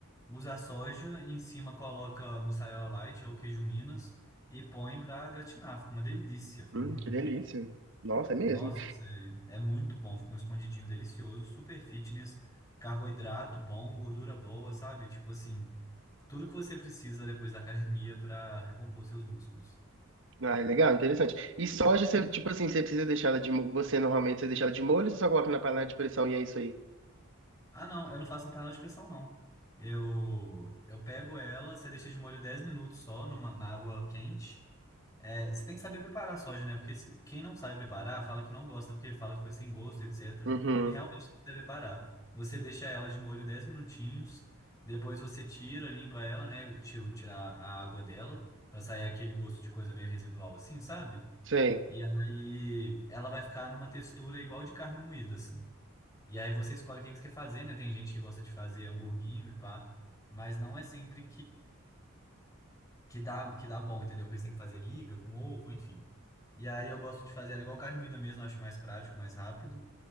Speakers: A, on the left; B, on the right.
A: Usa a soja, em cima coloca mussarela light ou queijo Minas e põe pra gratinar. Fica uma delícia, fica
B: Hum,
A: muito,
B: que delícia.
A: muito
B: Nossa, é mesmo.
A: nossa, sério, é muito bom. Fica um escondidinho delicioso, super fitness, carboidrato bom, gordura boa, sabe? Tipo assim, tudo que você precisa depois da academia pra recompor seus músculos.
B: Ah, é legal, interessante. E soja, você, tipo assim, você precisa deixar ela de... mo- Você, normalmente, você deixa ela de molho, você só coloca na panela de pressão e é isso aí.
A: Ah, não, eu não faço na panela de pressão, não. Eu eu pego ela, você deixa de molho 10 minutos só numa, na água quente. É, você tem que saber preparar a soja, né? Porque se- quem não sabe preparar, fala que não gosta, porque fala que fica sem gosto, etc.
B: Uhum,
A: E realmente tem que saber preparar. Você deixa ela de molho 10 minutinhos, depois você tira, limpa ela, né? Ti- Tirar a água dela, pra sair aquele gosto de coisa meio residual assim, sabe?
B: sei.
A: E aí ela vai ficar numa textura igual de carne moída, assim. E aí você escolhe o que que você quer fazer, né? Tem gente que gosta de fazer hamburguinho e pá, mas não é sempre que dá, que dá bom, entendeu? Porque eles têm que fazer liga com ovo, enfim. E aí eu gosto de fazer ela igual carne moída mesmo, acho mais prático, mais rápido.